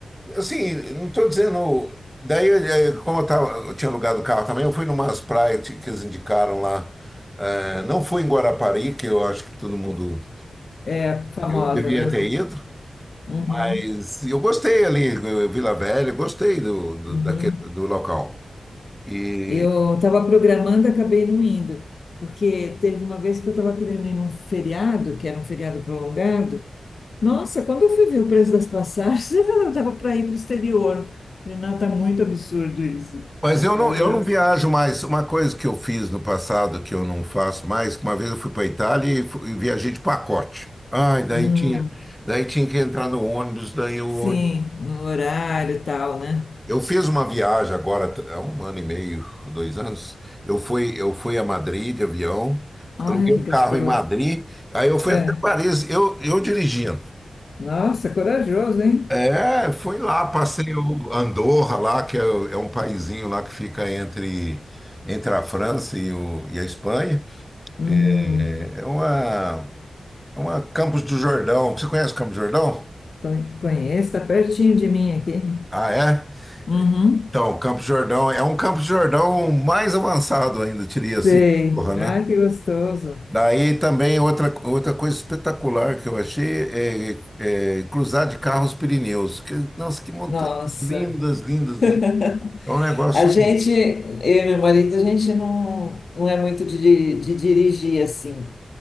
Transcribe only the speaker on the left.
É famosa,
né?
Uhum.
Uhum.
Eu estava programando, acabei não indo, porque teve uma vez que eu estava querendo ir num feriado, que era um feriado prolongado. Nossa, quando eu fui ver o preço das passagens, <laughs> eu estava para ir para o exterior. Falei, não, tá muito absurdo isso.
Aí
eu.
hum,
Sim,
no horário e tal, né?
Ai,
que
gostoso.
É.
Nossa, corajoso, hein?
Uhum.
Con- Conheço, tá pertinho de mim aqui.
Uhum.
Sei.
Ai, que gostoso.
Nossa.
<laughs>
A gente, eu e meu marido, a gente não, não é muito de, de dirigir assim,